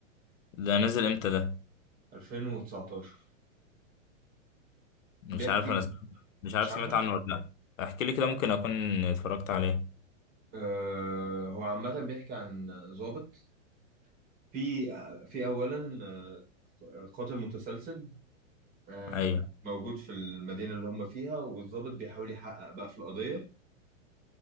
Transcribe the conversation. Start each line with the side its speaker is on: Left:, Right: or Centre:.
Left: ده نزل امتى ده
Right: 2019
Left: مش
Right: بيحكي
Left: عارف انا سمعت. مش عارف
Right: مش
Left: سمعت
Right: عارفه
Left: عنه ولا لا احكي لي كده ممكن اكون اتفرجت عليه
Right: آه هو عامة بيحكي عن ضابط في في اولا آه، قاتل متسلسل آه،
Left: ايوه
Right: موجود في المدينه اللي هم فيها والضابط بيحاول يحقق بقى في القضيه